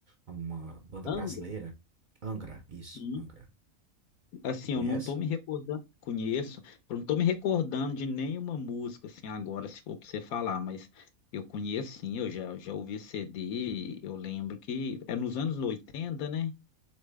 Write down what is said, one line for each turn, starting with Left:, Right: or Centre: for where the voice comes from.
Right: uma banda
Left: André,
Right: brasileira. Angra, isso,
Left: sim.
Right: Angra.
Left: Assim,
Right: Conhece?
Left: eu não tô me recordando, conheço, eu não tô me recordando de nenhuma música, assim, agora, se for pra você falar, mas eu conheço, sim, eu já, já ouvi CD, eu lembro que é nos anos 80, né?